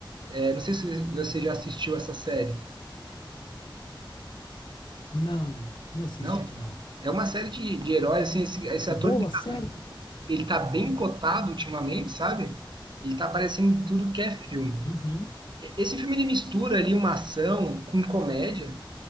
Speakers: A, on the right (about 60°); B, on the left (about 60°).
A: É, não sei se você já assistiu essa série.
B: Não, não assisti,
A: Não.
B: não.
A: É uma série de, de heróis, assim, esse, esse
B: É
A: ator,
B: boa
A: ele,
B: a série?
A: ele tá bem cotado ultimamente, sabe? Ele tá aparecendo em tudo que é filme.
B: Uhum,
A: E- Esse filme, ele mistura ali uma ação com comédia,